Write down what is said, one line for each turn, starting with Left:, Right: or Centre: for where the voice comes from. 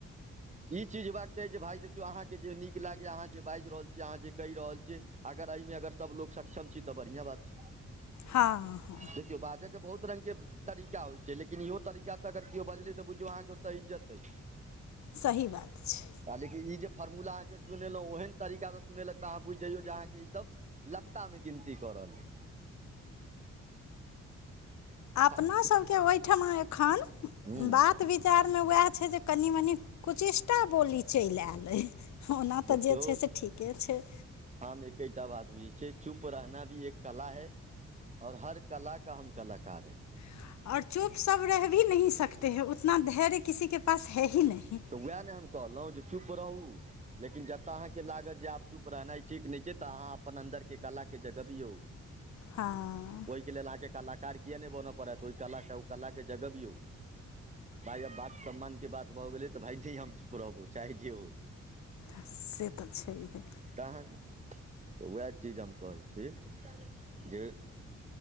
Right: इ चीज हेबाक चाही जे भाय देखियौ अहाँके जे नीक लागैये अहाँ जे बाजि रहल छी अहाँ जे कहि रहल छी अगर एहिमे सब लोग सक्षम छी त बढ़िआँ बात छैय।
Left: हँ हँ
Right: देखियौ बाजऽ के बहुत बहुत रंगके तरीका होइ छैय लेकिन इहो तरीका स अगर केओ बजलै त बुझियौ अहाँके ओतऽ इज्जत अइ।
Left: सही बात छैय।
Right: त लेकिन इ जे फॉर्मूला अहाँके सुनेलहुं ओहन तरीकाके सुनेलक त अहाँ बुझि जइयौ जे अहाँके इ सब लत्तामे गिनती क रहल य।
Left: अपना
Right: अछि
Left: सबके ओहिठमा एखन
Right: हूँ
Left: बात विचारमे वएह छैय जे कनि -मनि कुचिष्टा बोली चलि आयल अइ। ओना त
Right: देखियौ
Left: जे छैय से ठीके छैय।
Right: हम एकेटा बात बुझै छियै चुप <unintelligible> <unintelligible>
Left: <unintelligible>
Right: वैह ने हम कहलहुँ जे चुप रहू लेकिन जतय अहाँके लागत जे आब चुप रहनाइ ठीक नहि छै तऽ अहाँ अपन अन्दर के कला के जगबियौ।
Left: हँ।
Right: ओहिके लेल अहाँके कलाकार किए नहि बनऽ पड़त ओहि कलाके ओ कलाके जगबियौ। भाय आब बात सम्मानके बात भऽ गेलै तऽ भाय जी हम चुप रहबो चाहे जे होय।
Left: आ से तऽ छैहे।
Right: तखैन वैह चीज हम कहै छी जे